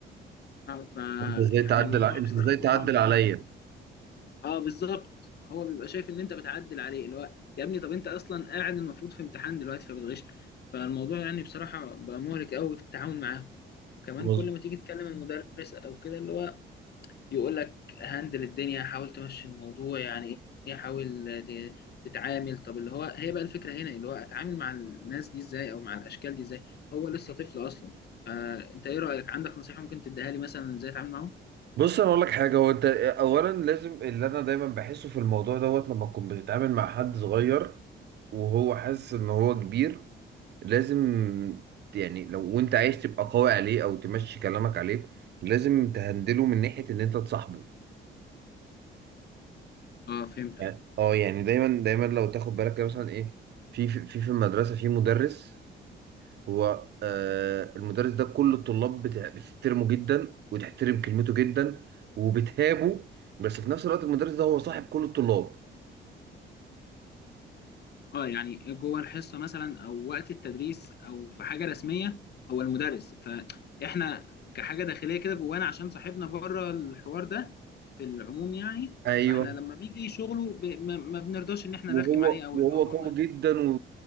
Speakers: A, on the left; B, on the right.
A: اه، ف
B: انت ازاي
A: يعني
B: تعدل
A: الموضوع
B: ع- انت
A: بصراحه
B: ازاي تعدل
A: بقى
B: عليا
A: ممتع اه بالظبط هو بيبقى شايف ان انت بتعدل عليه اللي هو يا ابني طب انت اصلا قاعد المفروض في امتحان دلوقتي فبتغش فالموضوع يعني بصراحه بقى مهلك قوي في التعامل معاهم وكمان
B: بص
A: كل ما تيجي تكلم المدرس او كده اللي هو يقول لك هندل الدنيا حاول تمشي الموضوع يعني ايه حاول ت- تتعامل طب اللي هو هي بقى الفكره هنا اللي هو اتعامل مع الناس دي ازاي او مع الاشكال دي ازاي هو لسه طفل اصلا فانت ايه رايك عندك نصيحه ممكن تديها لي مثلا ازاي اتعامل معاهم
B: بص انا اقول لك حاجه هو انت اولا لازم اللي انا دايما بحسه في الموضوع دوت لما تكون بتتعامل مع حد صغير وهو حاسس ان هو كبير لازم يعني لو وانت عايز تبقى قوي عليه او تمشي كلامك عليه لازم تهندله من ناحيه ان انت تصاحبه
A: اه فهمت
B: يعني- اه يعني دايما دايما لو تاخد بالك كده مثلا ايه في في في في المدرسه في مدرس هو آه المدرس ده كل الطلاب بتع- بتحترمه جدا وتحترم كلمته جدا وبتهابه بس في نفس الوقت المدرس ده هو صاحب كل الطلاب
A: اه يعني جوه الحصه مثلا او وقت التدريس او في حاجه رسميه هو المدرس فاحنا كحاجه داخليه كده جوانا عشان صاحبنا بره الحوار ده في العموم يعني
B: ايوه
A: فاحنا لما بيجي شغله ب... ما... ما بنرضاش ان احنا
B: وهو
A: نرخم عليه او
B: وهو
A: اللي هو
B: قوي
A: ما
B: جدا و-